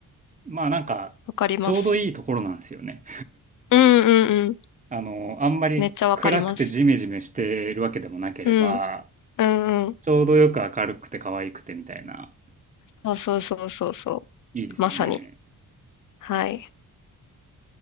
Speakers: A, on the right (about 25°); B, on the left (about 65°).
A: まあなんか、
B: わかります。
A: ちょうどいいところなんですよね。
B: うんうんうん。
A: <laughs> あの、あんまり暗くてジメジメしてるわけでもなければ、
B: めっちゃわかります。うん。うんうん。
A: ちょうどよく明るくて可愛くてみたいな、
B: そうそうそうそうそう。
A: いいですよね。
B: まさに。はい。